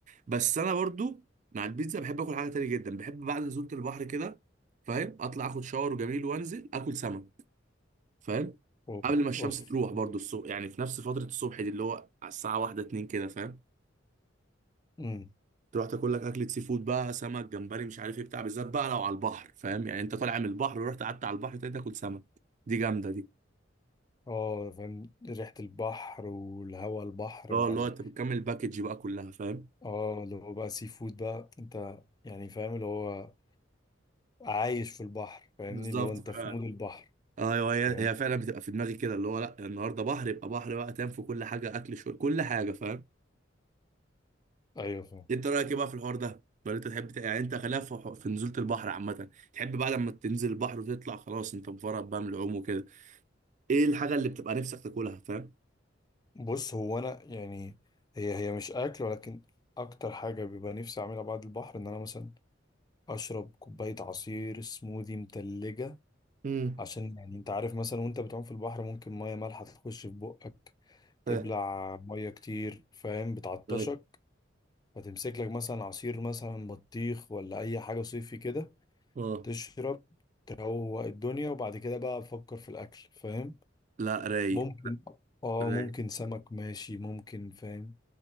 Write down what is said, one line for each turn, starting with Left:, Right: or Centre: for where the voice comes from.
Right: بس انا برضو مع البيتزا بحب اكل حاجه تانية جدا بحب بعد نزوله البحر كده فاهم اطلع اخد شاور وجميل وانزل اكل سمك فاهم
Left: اوف
Right: قبل ما الشمس
Left: اوف
Right: تروح برضو
Left: امم
Right: الصبح يعني في نفس فتره الصبح دي اللي هو على الساعه واحدة اتنين كده فاهم
Left: امم.
Right: تروح تاكل لك اكله سي فود بقى سمك جمبري مش عارف ايه بتاع بالذات بقى لو على البحر فاهم يعني انت طالع من البحر ورحت قعدت على البحر تاني تاكل سمك دي جامده دي
Left: اه فاهم ريحة البحر والهواء البحر
Right: اه
Left: مع
Right: اللي
Left: ال...
Right: هو انت بتكمل الباكج بقى كلها فاهم
Left: اه اللي هو بقى سي فود بقى انت يعني فاهم اللي هو عايش في البحر فاهمني
Right: بالظبط
Left: اللي هو انت في
Right: فعلا
Left: مود البحر
Right: ايوه هي
Left: فاهم
Right: هي فعلا بتبقى في دماغي كده اللي هو لا النهارده بحر يبقى بحر بقى تنام في كل حاجه اكل شويه كل حاجه فاهم
Left: ايوه فاهم
Right: انت رايك ايه بقى في الحوار ده ولا انت تحب ت- يعني انت خلاف في في نزوله البحر عامه تحب بقى لما تنزل البحر وتطلع خلاص انت مفرط بقى من العوم وكده ايه الحاجه اللي بتبقى نفسك تاكلها فاهم
Left: بص هو انا يعني هي هي مش اكل ولكن اكتر حاجة بيبقى نفسي اعملها بعد البحر ان انا مثلا اشرب كوباية عصير سموذي متلجة
Right: امم
Left: عشان يعني انت عارف مثلا وانت بتعوم في البحر ممكن مية مالحة تخش في بقك
Right: طيب
Left: تبلع مية كتير فاهم بتعطشك
Right: طيب
Left: فتمسك لك مثلا عصير مثلا بطيخ ولا اي حاجه صيفي كده
Right: اه
Left: تشرب تروق الدنيا وبعد كده بقى فكر في الاكل فاهم
Right: لا رايق
Left: ممكن اه
Right: رايق
Left: ممكن سمك ماشي ممكن فاهم